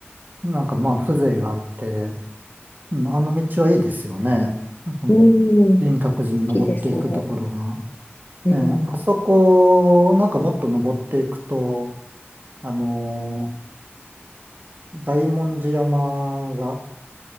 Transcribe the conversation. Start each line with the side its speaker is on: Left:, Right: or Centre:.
Right: なんかまあ風情があって、うんあの道はいいですよね。この
Left: うん好
Right: 輪郭寺に登っていくところが。
Left: きですね。うん。
Right: ねあそこ、なんかもっと登っていくと、あのー大文字山が